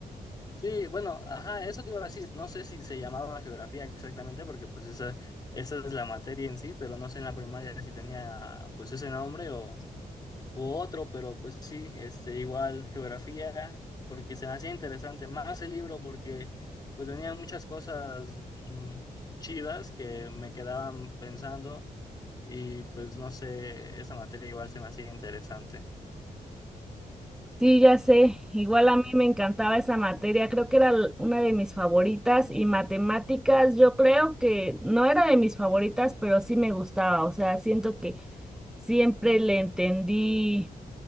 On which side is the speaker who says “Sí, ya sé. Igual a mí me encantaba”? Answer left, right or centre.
Centre